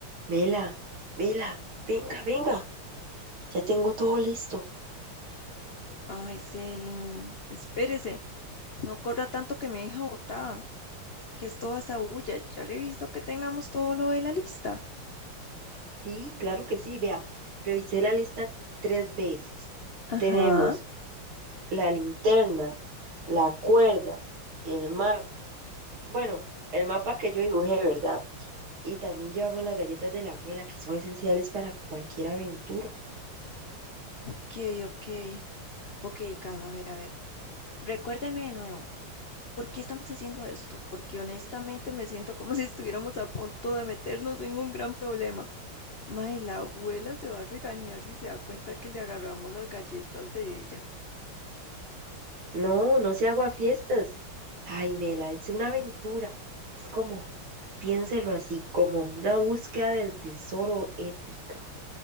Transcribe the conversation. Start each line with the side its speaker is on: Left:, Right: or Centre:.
Right: Mela, Mela, venga, venga, ya tengo todo listo.
Left: Ay, Celi, espérese, no corra tanto que me deja botada, que es toda esa bulla. Ya reviso que tengamos todo lo de la lista.
Right: Sí, claro que sí, vea, revisé la lista tres veces.
Left: Ajá.
Right: Tenemos la linterna, la cuerda, el mapa, bueno, el mapa que yo dibujé, ¿verdad? Y también llevamos las galletas de la abuela, que son esenciales para cualquier aventura.
Left: Ok, ok. Ok, calma, a ver, a ver. Recuérdeme de nuevo, ¿por qué estamos haciendo esto? Porque honestamente me siento como <laughs> si estuviéramos a punto de meternos en un gran problema. Mae, la abuela se va a regañar si se da cuenta que le agarramos las galletas de ella.
Right: No, no se hago fiestas. Ay, Mela, es una aventura. Es como, piénselo así, como una búsqueda del tesoro épica.